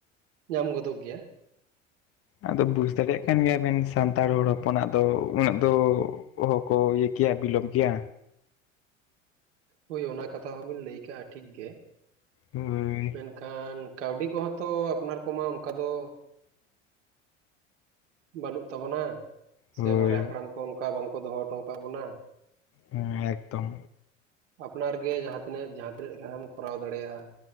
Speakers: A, on the right (about 65°); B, on the left (about 35°).
A: ᱧᱟᱢ ᱜᱚᱫᱚᱜ ᱜᱮᱭᱟ᱾
B: ᱟᱫᱚ ᱵᱩᱡᱽ ᱫᱟᱲᱮᱭᱟᱜ ᱠᱟᱱ ᱜᱮᱭᱟ ᱵᱮᱱ ᱥᱟᱱᱛᱟᱲ ᱦᱚᱲ ᱦᱚᱯᱚᱱᱟᱜ ᱫᱚ ᱩᱱᱟᱹᱜ ᱫᱚ ᱚᱦᱚ ᱠᱚ ᱤᱭᱟᱹ ᱠᱮᱭᱟ ᱵᱤᱞᱚᱢ ᱠᱮᱭᱟ᱾
A: ᱦᱳᱭ ᱚᱱᱟ ᱠᱟᱛᱷᱟ ᱦᱚᱸ ᱵᱤᱱ ᱞᱟᱹᱭ ᱠᱟᱜᱼᱟ ᱴᱷᱤᱠ ᱜᱮ,
B: ᱦᱳᱭ
A: ᱢᱮᱱᱠᱷᱟᱱ ᱠᱟᱹᱣᱰᱤ ᱠᱚᱦᱚᱸ ᱛᱚ ᱟᱯᱱᱟᱨ ᱠᱚᱢᱟ ᱚᱝᱠᱟ ᱫᱚ ᱵᱟᱹᱱᱩᱜ ᱛᱟᱵᱚᱱᱟ, ᱥᱮ
B: ᱦᱳᱭ
A: ᱢᱟᱨᱮ ᱦᱟᱯᱲᱟᱢ ᱠᱚ ᱚᱱᱠᱟ ᱵᱟᱝᱠᱚ ᱫᱚᱦᱚ ᱦᱚᱴᱚ ᱠᱟᱜ ᱵᱚᱱᱟ᱾
B: ᱦᱮᱸ ᱮᱠᱫᱚᱢ᱾
A: ᱟᱯᱱᱟᱨ ᱜᱮ ᱡᱟᱦᱟᱸ ᱛᱤᱱᱟᱹᱜ ᱡᱟᱦᱟᱸ ᱛᱤᱱᱟᱹᱜ ᱜᱮᱦᱟᱢ ᱠᱚᱨᱟᱣ ᱫᱟᱲᱮᱭᱟᱜᱼᱟ᱾